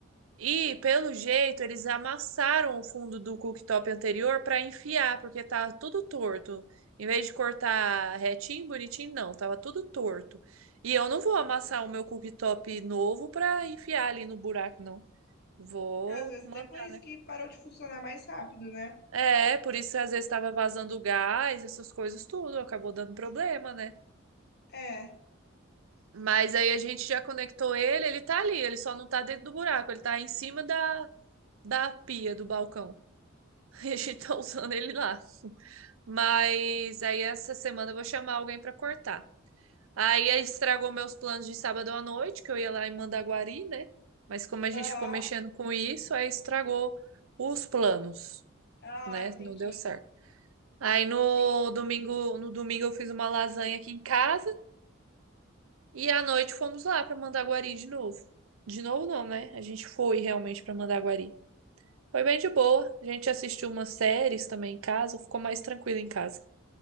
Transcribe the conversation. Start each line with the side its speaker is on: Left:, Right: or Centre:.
Right: E, pelo jeito, eles amassaram o fundo do cooktop anterior para enfiar, porque tava tudo torto. Em vez de cortar retinho, bonitinho, não, tava tudo torto. E eu não vou amassar o meu cooktop novo para enfiar ali no buraco, não. Vou
Left: É, Às vezes
Right: mandar,
Left: até por isso
Right: né?
Left: que parou de funcionar mais rápido, né?
Right: É, por isso às vezes estava vazando gás, essas coisas tudo, acabou dando problema, né?
Left: É.
Right: Mas aí a gente já conectou ele, ele tá ali, ele só não tá dentro do buraco, ele tá em cima da, da pia do balcão. <laughs> A gente tá usando ele lá. Mas aí essa semana eu vou chamar alguém pra cortar. Aí estragou meus planos de sábado à noite, que eu ia lá em Mandaguari, né? Mas como a gente
Left: Aham.
Right: ficou mexendo com isso, aí estragou os planos,
Left: Ah,
Right: né?
Left: entendi.
Right: Não deu certo. Aí no
Left: Sim.
Right: domingo, no domingo eu fiz uma lasanha aqui em casa e à noite fomos lá pra Mandaguari de novo. De novo não, né? A gente foi realmente pra Mandaguari. Foi bem de boa. A gente assistiu umas séries também em casa, ficou mais tranquilo em casa.